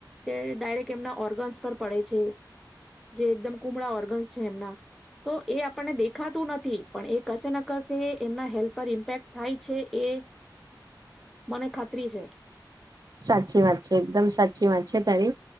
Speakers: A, in the centre; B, on the right.
A: તે ડાયરેક્ટ એમના ઓર્ગન્સ પર પડે છે જે એકદમ કુમળા ઓર્ગન્સ છે એમના તો એ આપણને દેખાતું નથી પણ કશે ના કશે એમના હેલ્થ પર ઇમ્પેક્ટ થાય છે એ મને ખાતરી છે
B: સાચી વાત છે એકદમ સાચી વાત છે તારી